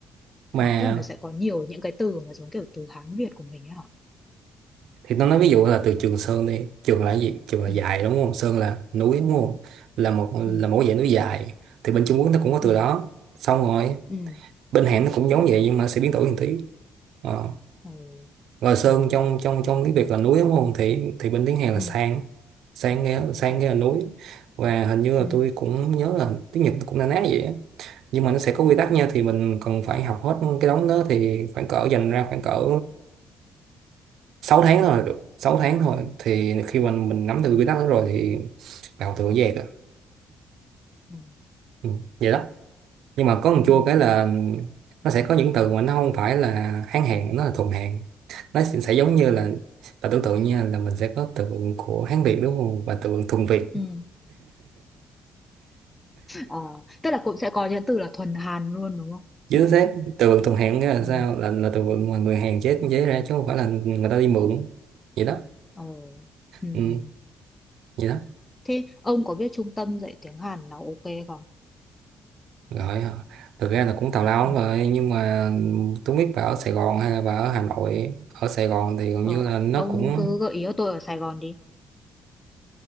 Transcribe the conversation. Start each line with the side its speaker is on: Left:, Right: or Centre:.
Right: mà
Left: À, tức là nó sẽ có nhiều những cái từ mà giống kiểu từ Hán Việt của mình ấy hả?
Right: thì nó nói ví dụ là từ Trường Sơn đi Trường là cái gì Trường là
Left: Ừ.
Right: dài đúng không Sơn là núi đúng
Left: Ừ.
Right: không là một là
Left: Ừ.
Right: một dạng núi dài thì bên Trung Quốc nó cũng có từ
Left: Ừ.
Right: đó xong rồi
Left: Ừ.
Right: bên Hàn nó cũng giống vậy nhưng mà sẽ biến đổi một tí Ờ.
Left: Ờ.
Right: Rồi Sơn
Left: Ừ.
Right: trong trong trong tiếng Việt là núi đúng không? Thì thì bên tiếng Hàn là
Left: Ừ.
Right: sang. Sang nghe sang
Left: Ờ.
Right: nghe là núi. Và hình như
Left: Ừ.
Right: là tôi cũng nhớ là tiếng Nhật cũng na ná vậy á. Nhưng mà nó sẽ có quy
Left: Ờ.
Right: tắc nha thì mình cần phải học hết cái đống đó thì khoảng cỡ dành ra khoảng cỡ 6 tháng thôi là được. sáu tháng thôi thì khi mà mình nắm được quy tắc đó rồi thì vào tự dễ rồi.
Left: Ừ.
Right: Ừ, vậy đó. nhưng mà có một chua
Left: Ừ.
Right: cái là nó sẽ có những từ mà nó không phải là Hán Hán nó là thuần Hán nó sẽ sẽ giống như
Left: Ờ.
Right: là và tưởng tượng nha là mình sẽ có từ vựng của Hán Việt đúng không và từ vựng thuần Việt
Left: Ừ. Ờ. Tức là cũng sẽ có những từ là thuần Hàn luôn đúng không?
Right: chứ
Left: Ừ.
Right: thế từ vựng thuần Hán nghĩa là
Left: Ừ.
Right: sao là là từ vựng mà người Hàn chế chế ra chứ không phải là người ta đi mượn vậy đó
Left: Ờ. Ừ. Ừ.
Right: ừ, vậy đó
Left: Thế ông có biết trung tâm dạy tiếng Hàn nào ok không?
Right: rồi ờ, thực ra là cũng tào lao
Left: Ừ.
Right: lắm rồi nhưng mà tôi biết bà ở Sài Gòn hay là bà ở Hà Nội ở Sài Gòn thì gần
Left: Ờ,
Right: như là nó
Left: ông
Right: cũng
Left: cứ gợi ý cho tôi ở Sài Gòn đi.